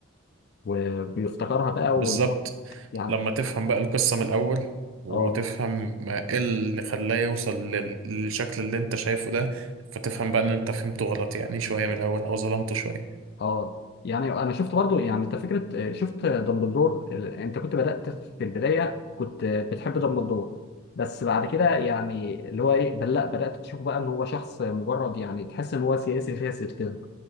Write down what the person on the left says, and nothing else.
وبيفتكرها بقى وان
هو يعني
اه
اه يعني انا شفت برضو يعني انت فكره آه، شفت دامبلدور ال- انت كنت بدات في البدايه كنت آه، بتحب دامبلدور بس بعد كده يعني اللي هو ايه بل لا بدات تشوفه بقى ان هو شخص مجرد يعني تحس ان هو سياسي فاسد كده